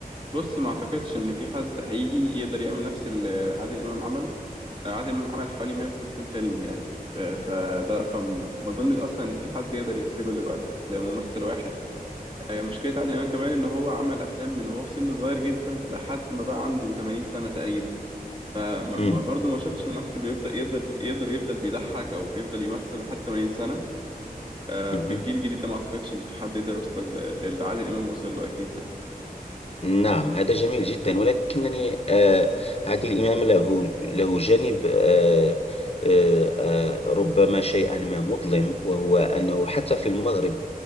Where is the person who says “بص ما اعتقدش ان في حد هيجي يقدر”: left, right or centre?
Right